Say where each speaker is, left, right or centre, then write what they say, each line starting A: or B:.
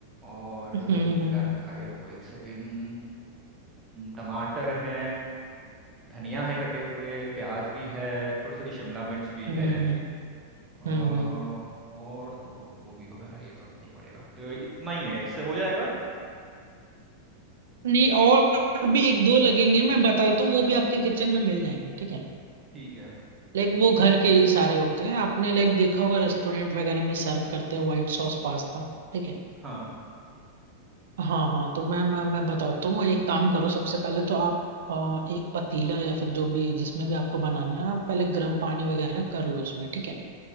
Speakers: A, on the right; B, on the right.
A: और
B: हम्म
A: क्या रखा है रुको एक सेकेंड टमाटर है धनिया है कटे हुए प्याज भी है थोड़ी थोड़ी शिमला मिर्च भी
B: हम्म
A: है
B: हम्म
A: अ,
B: हम्म, हम्म।
A: और तो गोभी वगैरह ये तो नहीं पड़ेगा तो इतना ही है इससे हो जाएगा
B: नहीं और भी एक दो लगेंगे मैं बता देता हूँ वो भी आपके किचन में मिल जाएंगे ठीक है
A: ठीक है
B: लाइक वो घर के ही सारे होते हैं आपने लाइक देखा होगा रेस्टोरेंट वगैरह में सर्व करते हैं व्हाइट सॉस पास्ता ठीक है,
A: हाँ
B: हाँ हाँ तो मैं मैं मैं बताता हूँ एक काम करो सबसे पहले तो आप अ, एक पतीला या फिर जो भी जिसमें भी आपको बनाना है आप पहले गर्म पानी वगैरह कर लो उसमें ठीक है